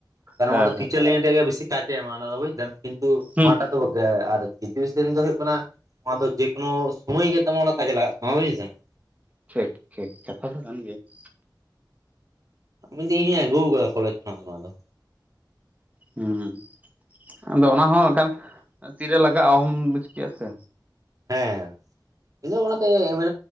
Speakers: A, on the right; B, on the right.
A: ᱠᱟᱨᱚᱱ
B: ᱦᱮᱸ
A: ᱚᱱᱟ ᱫᱚ
B: ᱦᱮᱸ
A: ᱴᱤᱪᱟᱨ ᱞᱟᱭᱤᱱ ᱨᱮᱭᱟᱜ ᱜᱮ ᱵᱮᱥᱤ ᱠᱟᱡᱮ ᱮᱢᱟ ᱚᱱᱟ ᱫᱚ ᱵᱩᱡᱫᱟᱢ ᱠᱤᱱᱛᱩ
B: ᱦᱩᱸ
A: ᱚᱱᱟᱴᱟᱜ
B: ᱦᱩᱸ
A: ᱫᱚ ᱟᱨ ᱜᱨᱮᱡᱩᱭᱮᱥᱚᱱ ᱫᱚ ᱦᱳᱭᱳᱜ ᱠᱟᱱᱟ ᱟᱱᱟ ᱫᱚ ᱡᱮᱠᱳᱱᱳ ᱥᱚᱢᱚᱭ ᱜᱮ ᱛᱟᱢᱟᱱᱮ ᱚᱱᱟ ᱠᱟᱡ ᱨᱮ ᱞᱟᱜᱟᱜ ᱛᱟᱢᱟ ᱵᱩᱡᱫᱟᱢ ᱾
B: ᱴᱷᱤᱠ ᱴᱷᱤᱠ ᱠᱟᱛᱷᱟ ᱫᱚ ᱠᱟᱱ ᱜᱮᱭᱟ ᱾
A: ᱢᱤᱜᱫᱤᱱ ᱤᱧ ᱦᱚᱸᱧ ᱟᱜᱩᱣ ᱠᱟᱫᱟ ᱠᱚᱞᱮᱡ ᱠᱷᱚᱱᱟᱜ ᱫᱚ ᱱᱚᱣᱟ ᱫᱚ
B: ᱦᱩᱸ ᱟᱫᱚ ᱚᱱᱟ ᱦᱚᱸ ᱠᱷᱟᱱ ᱛᱤᱨᱮ ᱞᱟᱜᱟᱜᱼᱟ ᱚᱦᱚᱢ ᱵᱩᱡ ᱠᱮᱭᱟ ᱥᱮ ᱾
A: ᱦᱮᱸ ᱤᱧᱫᱚ ᱚᱱᱟᱛᱮ ᱮᱢᱮ